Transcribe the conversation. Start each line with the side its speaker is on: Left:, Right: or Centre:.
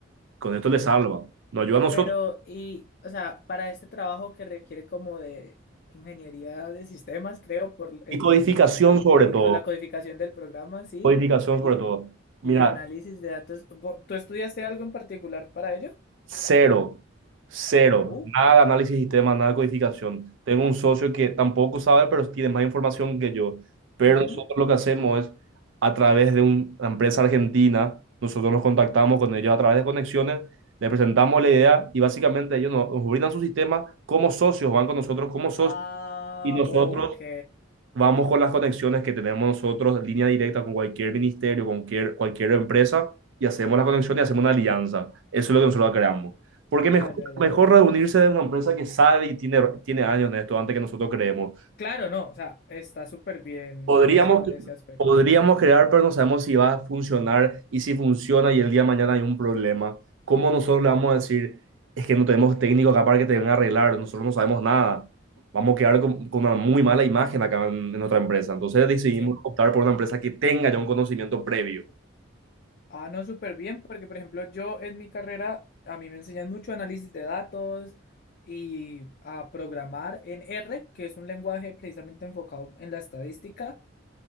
Right: Con esto le salva. Nos ayuda a nosotros.
Left: Pero, y, o sea, para este trabajo que requiere como de ingeniería de sistemas, creo, por el,
Right: Y codificación
Left: la, pro-
Right: sobre
Left: y
Right: todo.
Left: con la codificación del programa, sí,
Right: Codificación sobre
Left: y,
Right: todo. Mira,
Left: y análisis de datos. Vo- ¿Tú estudiaste algo en particular para ello?
Right: Cero, cero,
Left: Oh,
Right: nada de análisis de sistema, nada de codificación. Tengo un socio que tampoco sabe, pero tiene más información que yo. Pero
Left: ujú.
Right: nosotros lo que hacemos es, a través de un- una empresa argentina, nosotros nos contactamos con ellos a través de conexiones, les presentamos la idea y básicamente ellos nos, nos brindan su sistema como socios, van con nosotros como socios
Left: Ah,
Right: y nosotros
Left: ok.
Right: vamos con las conexiones que tenemos nosotros, línea directa con cualquier ministerio, con cualquier, cualquier empresa, y hacemos la conexión y hacemos una alianza. Eso es lo que nosotros creamos. Porque
Left: Ya,
Right: mejor,
Left: ya, ya.
Right: mejor reunirse de una empresa que sabe y tiene, tiene años en esto antes que nosotros creemos.
Left: Claro, no, o sea, está súper bien
Right: Podríamos,
Left: pensado en ese aspecto.
Right: podríamos crear, pero no sabemos si va a funcionar y si funciona y el día de mañana hay un problema. ¿Cómo nosotros le vamos a decir, es que no tenemos técnico acá para que te vengan a arreglar? Nosotros no sabemos nada. Vamos a quedar con, con una muy mala imagen acá en, en otra empresa. Entonces decidimos
Left: Sí,
Right: optar por una empresa que tenga ya un conocimiento previo.
Left: Ah, no, súper bien, porque por ejemplo yo en mi carrera a mí me enseñan mucho análisis de datos y a programar en R, que es un lenguaje precisamente enfocado en la estadística.